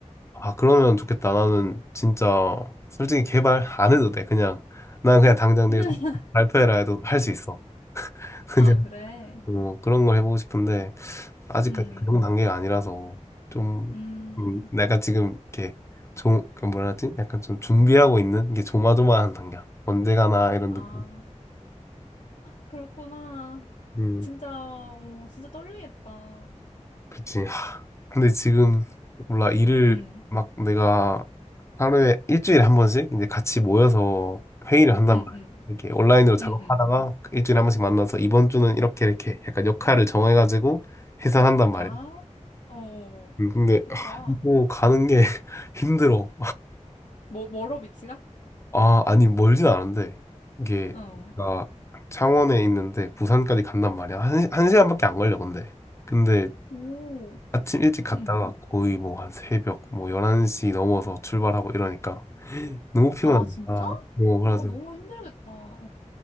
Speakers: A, on the left; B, on the left.
A: 아, 그러면 좋겠다. 나는 진짜, 솔직히 개발 안 해도 돼. 그냥, 난 그냥 당장
B: <laughs>
A: 내일 발표해라 해도 할 수 있어. <laughs>
B: 아, 그래.
A: 뭐 그런 걸 해보고 싶은데 아직까지
B: 음.
A: 그런 단계가 아니라서 좀
B: 음.
A: 음, 내가 지금 이렇게 좀, 그 뭐라 하지? 약간 좀 준비하고 있는 게 조마조마한 단계야. 언제 가나 이런
B: 아,
A: 느낌.
B: 그렇구나.
A: 음,
B: 진짜, 오... 진짜 떨리겠다.
A: 그치. 하, 근데 지금 몰라 일을
B: 응,
A: 막 내가 하루에 일주일에 한 번씩 이제 같이 모여서 회의를 한단
B: 응,
A: 말이야.
B: 응,
A: 이렇게 온라인으로 작업하다가
B: 응, 응.
A: 그 일주일에 한 번씩 만나서 이번 주는 이렇게 이렇게 약간 역할을 정해가지고 해산한단
B: 아,
A: 말이야.
B: 어,
A: 음, 근데
B: 좋다.
A: 아, 이거 가는 게 <laughs> 힘들어.
B: 뭐, 멀어, 위치가?
A: 아, 아니 멀진 않은데 이게
B: 어.
A: 내가 창원에 있는데 부산까지 간단 말이야. 한, 시- 한 시간밖에 안 걸려 근데. 근데
B: 오,
A: 아침 일찍 갔다가
B: 응.
A: 거의 뭐 한 새벽 뭐 11시 넘어서 출발하고 이러니까 <gasps> 너무 피곤하다.
B: 아, 진짜?
A: 아,
B: 어,
A: 뭐 그래서
B: 너무 힘들겠다. 어.